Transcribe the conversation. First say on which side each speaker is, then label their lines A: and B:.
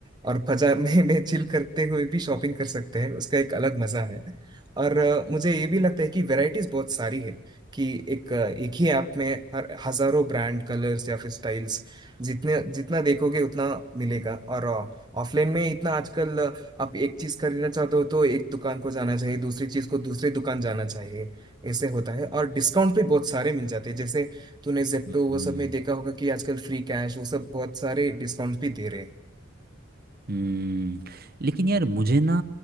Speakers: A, on the right; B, on the right.
A: और बाजार में में चिल करते हुए भी शॉपिंग कर सकते हैं उसका एक अलग मजा है और अ, मुझे ये भी लगता है कि वैरायटीज बहुत सारी है कि एक अ, एक ही ऐप में हर हजारों ब्रांड कलर्स या फिर स्टाइल्स जितने जितना देखोगे उतना मिलेगा और ऑफलाइन में इतना आजकल अ, आप एक चीज खरीदना चाहते हो तो एक दुकान को जाना चाहिए दूसरी चीज को दूसरे दुकान जाना चाहिए ऐसे होता है और डिस्काउंट भी बहुत सारे मिल जाते हैं जैसे तूने जेप्टो
B: हम्म
A: वो सब में देखा होगा कि आजकल फ्री कैश वो सब बहुत सारे डिस्काउंट्स भी दे रहे
B: हम्म लेकिन यार मुझे ना